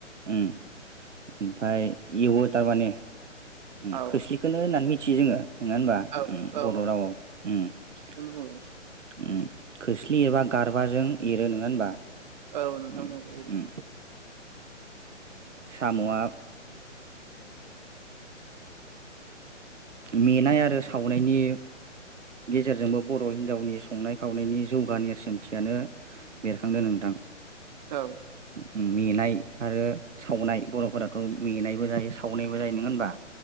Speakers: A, on the right; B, on the right.
A: उम ओमफाय एवो तारमाने उम
B: औ
A: खोस्लिखोनो होननानै मिथियो जोङो। नङा होनबा
B: औ
A: उम
B: औ
A: बर रावआव उम
B: थिगखौनो बुंदों
A: उम। खोस्लि एरबा गारबाजों एरो नोङा होनबा?
B: औ नोंथां
A: उम
B: नंगौ एरो।
A: उम साम'आ
B: <inaudible>
A: मेनाय आरो सावनायनि गेजेरजोंबो बर' हिनजावनि संनाय खावनायनि जौगा नेरसोनथियानो बेरखांदो नोंथां।
B: औ।
A: उम मेनाय आरो सावनाय बर'फोराथ' मेनायबो जायो सावनायबो जायो नोङा होनबा?